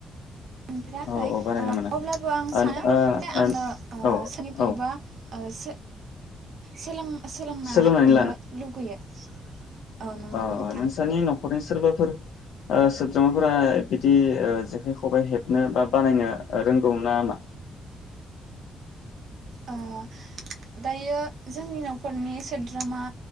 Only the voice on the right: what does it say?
मोनफेराखै
अब्लाबो
आं
सानो
जे आङो
सोरनिफ्रायबा।
ओश सोलों सोलोंनानो
लुगैयो। औ नंगौ
नोंथां
ओ दायो जोंनि न'खरनि सोद्रोमा